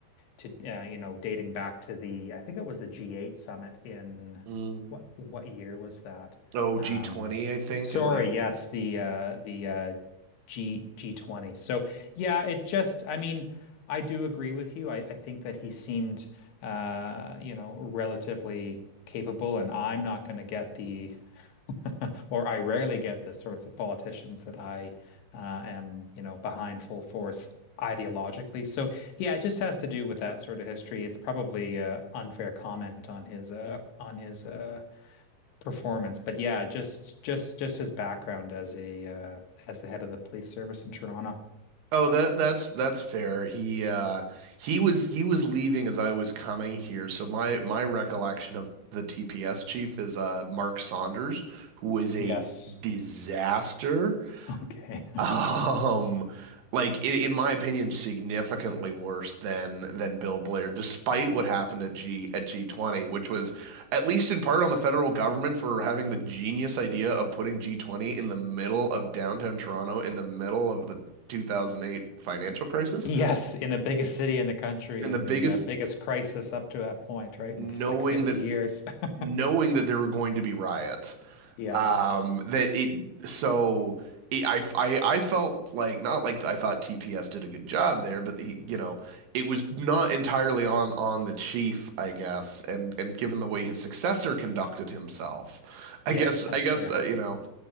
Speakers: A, on the left; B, on the right.
A: to uh, you know dating back to the I think it was the G8 summit in
B: Mm.
A: what what year was that?
B: Oh,
A: Um,
B: G20, I think,
A: sorry,
B: and like
A: yes, the uh, the uh, G G20. So yeah, it just I mean I do agree with you. I, I think that he seemed uh, you know relatively capable, and I'm not going to get the <laughs> Or I rarely get the sorts of politicians that I uh, am, you know, behind full force ideologically. So yeah, it just has to do with that sort of history. It's probably a unfair comment on his uh, on his uh, performance, but yeah, just just just his background as a uh, as the head of the police service in Toronto.
B: Oh, that that's that's fair. He uh he was he was leaving as I was coming here. So my my recollection of the TPS chief is uh Mark Saunders, who was a
A: Yes.
B: disaster.
A: <laughs> Okay.
B: <laughs> Um, like in, in my opinion, significantly worse than than Bill Blair, despite what happened at G at G20, which was at least in part on the federal government for having the genius idea of putting G20 in the middle of downtown Toronto, in the middle of the 2008 financial crisis,
A: Yes, in the biggest city in the country,
B: and
A: in
B: the biggest
A: the uh, biggest crisis up to that point, right?
B: knowing
A: In like 50
B: that
A: years. <laughs>
B: knowing that there were going to be riots.
A: Yeah.
B: Um, that it so it, I, I I felt like not like I thought TPS did a good job there, but he, you know, it was not entirely on on the chief, I guess, and and given the way his successor conducted himself, I
A: Yeah,
B: guess
A: that's
B: I guess
A: fair.
B: uh, you know,